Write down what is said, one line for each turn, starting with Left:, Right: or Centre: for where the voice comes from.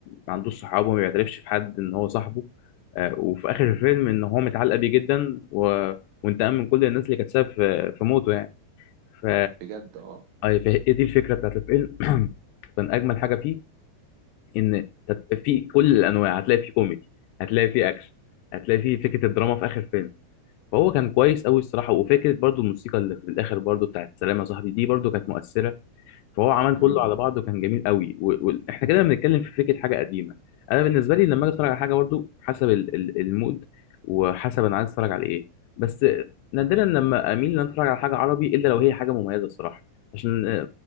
Left: ما عندوش صحابه ما بيعترفش في حد ان هو صاحبه آه، وفي اخر الفيلم ان هو متعلق بيه جدا و... وانتقام من كل الناس اللي كانت سبب في في موته يعني ف
Right: بجد اه
Left: أي ف- هي دي الفكره بتاعت الفيلم <clears throat> كان اجمل حاجه فيه ان تت- في كل الانواع هتلاقي فيه كوميدي هتلاقي فيه اكشن هتلاقي فيه فكره الدراما في اخر فيلم فهو كان كويس قوي الصراحه وفكره برضو الموسيقى اللي في الاخر برضو بتاعت سلام يا صاحبي دي برضو كانت مؤثره فهو عمل
Right: امم
Left: كله على بعضه كان جميل قوي واحنا كده بنتكلم في فكره حاجه قديمه انا بالنسبه لي لما اجي اتفرج على حاجه برضو حسب ال- ال- المود وحسب انا عايز اتفرج على ايه بس نادرا لما اميل ان أنا اتفرج على حاجه عربي الا لو هي حاجه مميزه الصراحه عشان آه،